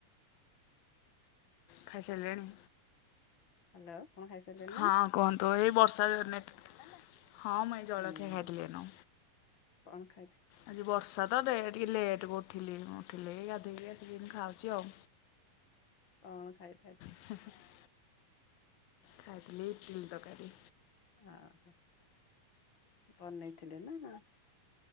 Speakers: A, on the left; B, on the left.
A: ଖାଇସାଇଲେଣି?
B: ହାଲୋ କଣ ଖାଇ ସାରିଲେଣି
A: ହଁ
B: ନା?
A: କୁହନ୍ତୁ ଏଇ ବର୍ଷା ଦିନେ ହଁ ମୁଁ ଏଇ ଜଳଖିଆ
B: ହୁଁ
A: ଖାଇଥିଲି ଏଇନୁ।
B: କଣ ଖାଇ?
A: ଆଜି ବର୍ଷା ତ ଡେ ଟିକେ ଲେଟ୍ କୁ ଉଠିଲି ମୁଁ ଉଠିଲି ଗାଧେଇକି ଆସିକିନ ଖାଉଛି ଆଉ।
B: କଣ ଖାଇଲେ ଆଜି?
A: ହୁଁ ହୁଁ। ଖାଲି ଇଟିଲି ତରକାରୀ।
B: ଓହୋ ବନେଇଥିଲେ ନା ନା।